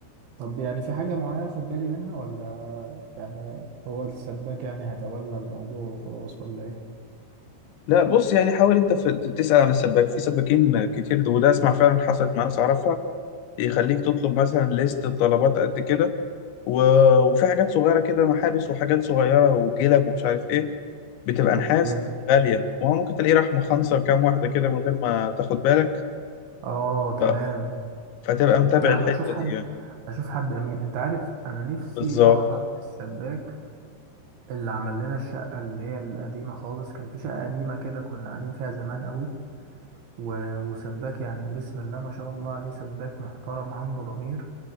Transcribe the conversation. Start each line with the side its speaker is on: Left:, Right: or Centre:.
Right: طب يعني في حاجة معينة أخد بالي منها ولا يعني هو السباك يعني هيتولى الموضوع وخلاص ولا إيه؟
Left: لا بص يعني حاول انت في تسال عن السباك في سباكين كتير وده اسمع فعلا حصلت مع ناس اعرفها يخليك تطلب مثلا ليست بطلبات قد كده و... وفي حاجات صغيرة كده محابس وحاجات صغيرة وجلب ومش عارف ايه بتبقى
Right: اوكي
Left: نحاس غالية وهو ممكن تلاقيه راح مخنصر كام واحدة كده من غير ما تاخد بالك
Right: اه تمام
Left: ف... فتبقى متابع
Right: لا
Left: الحتة
Right: انا اشوف حد
Left: دي يعني
Right: اشوف حد امين انت عارف انا نفسي
Left: بالظبط
Right: اعطر في السباك اللي عمل لنا الشقه اللي هي القديمه خالص كان في شقه قديمه كده كنا قاعدين فيها زمان قوي و... وسباك يعني بسم الله ما شاء الله عليه سباك محترم عنده ضمير